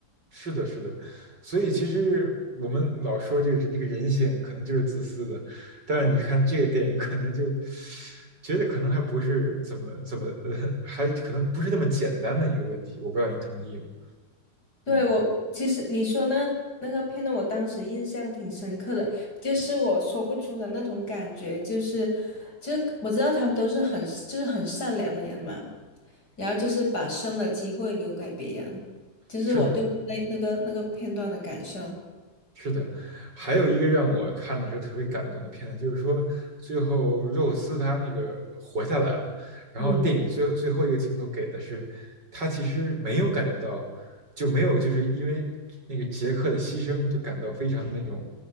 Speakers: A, on the right; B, on the left.
A: 是的，是的，所以其实我们老说这个这个人性可能就是自私的，但是你看这个电影可能就觉得可能还不是怎么怎么呃，还可能不是那么简单的一个问题，我不知道您同意吗？
B: 对，
A: 嗯，
B: 我其实你说那那个片段，我当时印象挺深刻的，就是我说不出的那种感觉，就是就是我知道他们都是很就是很善良的人嘛，然后就是把生的机会留给别人，就是我对那那个那个片段的感受。
A: 是的，是的，还有一个让我看的时候特别感动的片段，就是说最后肉丝他那个活下来了，然后电影最后最后一个镜头给的是他其实没有感觉到，
B: 嗯。
A: 就没有就是因为那个杰克的牺牲就感到非常的那种